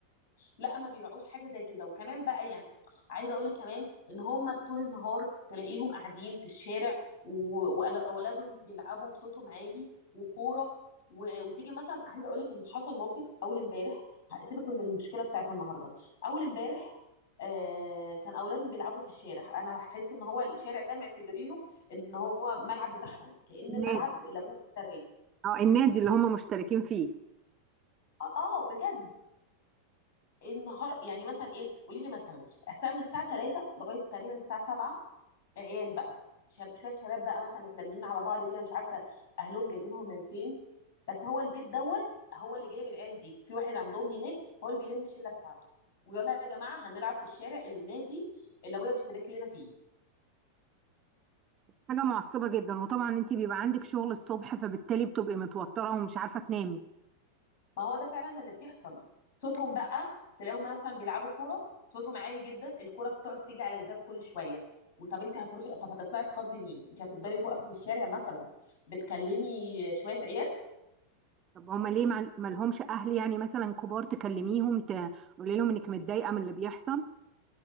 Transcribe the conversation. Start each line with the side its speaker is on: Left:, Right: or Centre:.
Left: لا ما بيراعوش حاجه زي كده وكمان بقى يعني عايزه اقول لك كمان ان هم طول النهار تلاقيهم قاعدين في الشارع و- واولادهم بيلعبوا بصوتهم عالي وكوره و... وتيجي مثلا عايزه اقول لك ان حصل موقف اول امبارح سيبك من المشكله بتاعت النهارده اول امبارح آه كان اولادهم بيلعبوا في الشارع انا احس ان هو الشارع ده معتبرينه ان هو ملعب بتاعهم كأن
Right: النادي
Left: الملعب اللي ابوه اشتراه
Right: اه النادي اللي هم مشتركين فيه
Left: اه آه، بجد النهار يعني مثلا ايه قولي لي مثلا الساعه من الساعه 3 لغايه تقريبا الساعه 7 عيال بقى شاب شويه شباب بقى مثلا متلمين على بعض كده مش عارفه اهلهم جايبينهم من فين بس هو البيت دوت هو اللي جايب العيال دي في واحد عندهم هناك هو اللي بيلم الشله بتاعته ويلا يا جماعه هنلعب في الشارع اللي النادي اللي ابويا مشترك لنا فيه
Right: حاجه معصبه جدا وطبعا انت بيبقى عندك شغل الصبح فبالتالي بتبقي متوتره ومش عارفه تنامي
Left: ما هو ده فعلا اللي بيحصل صوتهم بقى تلاقيهم مثلا بيلعبوا كوره صوتهم عالي جدا الكوره بتقعد تيجي على الباب كل شويه وطب انت هتروحي طب هتطلعي تخاطبي مين انت هتفضلي واقفه في الشارع مثلا بتكلمي شويه عيال
Right: طب هما ليه ما ما لهمش اهل يعني مثلا كبار تكلميهم تقولي لهم انك متضايقه من اللي بيحصل